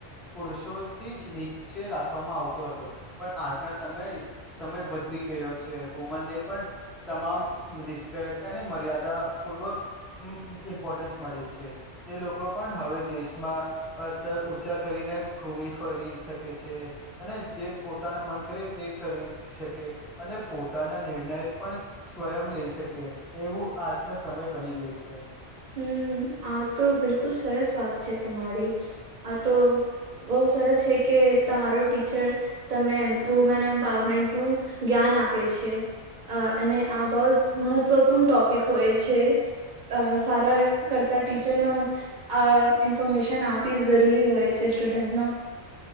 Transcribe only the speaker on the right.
હમ આ તો બિલકુલ સરસ વાત છે તમારી આ તો બહુ સરસ છે કે તમારો ટીચર. તમે વુમેન એમ્પાવરમેન્ટનુંું જ્ઞાન આપે છે અને આ બહત મહત્વપૂર્ણ ટોપિક હોય છે સારા કરતા ટીચરનો. આ ઇન્ફોર્મેશન આપી જરૂરી હોય છે સ્ટુડન્ટનો